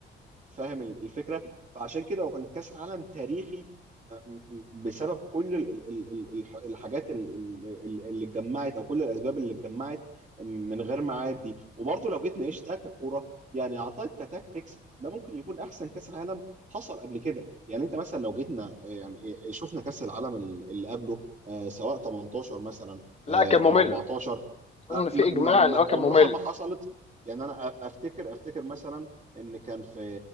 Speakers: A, on the right; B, on the left.
A: فاهم ال- الفكره فعشان كده هو كان كاس عالم تاريخي آه، م- م- بسبب كل ال- ال- ال- الح- الحاجات ال- ال- ال- اللي اتجمعت او كل الاسباب اللي اتجمعت من غير ميعاد دي وبرضه لو جيت نعيشتها ككوره يعني اعتقد كتاكتكس ده ممكن يكون احسن كاس عالم حصل قبل كده يعني انت مثلا لو جيتنا آه، يعني آه، آه، شفنا كاس العالم ال- اللي قبله آه، سواء 18 مثلا
B: لا
A: آه،
B: كان
A: او
B: ممل
A: 14 آه،
B: اظن في
A: ما
B: اجماع
A: ما- ما-
B: ان هو كان
A: عمرها
B: ممل
A: ما حصلت يعني انا أ- افتكر افتكر مثلا ان كان في